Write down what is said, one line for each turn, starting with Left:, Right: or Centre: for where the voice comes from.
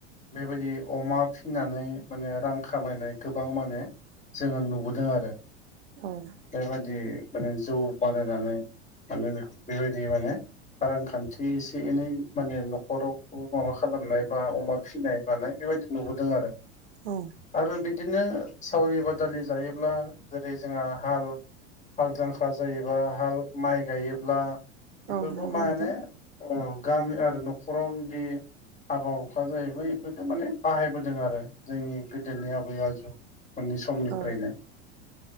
Left: बेबायदि अमा फिनानै माने रां खामायनाय गोबां माने जोंङो नुबोदों आरो
Right: औ
Left: बेबायाददि माने जौ बानायनानै माने खौ बेबायदि माने रांखान्थि एसे एनै माने न'खरखौ माबा खालामनाय बा अमा फिसिनाय बा बेबायदि नुबोदों आरो।
Right: औ
Left: बिदिनो सावरि बादालि जायोब्ला जेरै जोंहा हाल। हाल जांख्रा जायोबा हाल माइ गायोब्ला।
Right: औ
Left: बेफोरखौ
Right: नंगौ
Left: माने
Right: नोंथां
Left: गामि आरो न'खराव बिदि हाबा हुखा जायोब्ला बेफोरफोरखौ माने बाहायबोदों आरो जोंनि गोदोनि आबै आबौ मोननै समनिफ्रायनो।
Right: औ